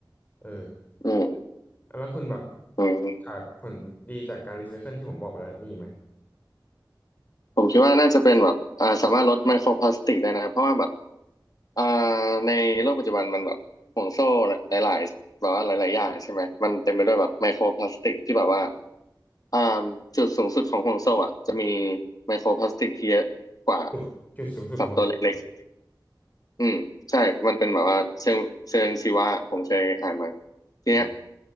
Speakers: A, on the left (about 20°); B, on the left (about 50°).
A: เออ
B: อืม
A: แล้วคุณแบบ
B: อืม
A: จากผลดีจากการรีไซเคิลที่ผมบอกไปแล้วมีอีกไหม
B: ผมคิดว่าน่าจะเป็นแบบอ่าสามารถลดไมโครพลาสติกได้นะเพราะว่าแบบอ่าในโลกปัจจุบันมันแบบห่วงโซ่หลายๆแบบว่าหลายๆอย่างใช่ไหมมันเต็มไปด้วยแบบไมโครพลาสติกที่แบบว่าอ่าจุดสูงสุดของห่วงโซ่อ่ะจะมีไมโครพลาสติกที่เยอะกว่า
A: จุดจุดสูงสุดของ
B: สัตว์ตัวเล็กๆอืมใช่มันเป็นแบบว่าเชิงเชิงชีวะผมเคยอ่านมาทีเนี้ย
A: อ่า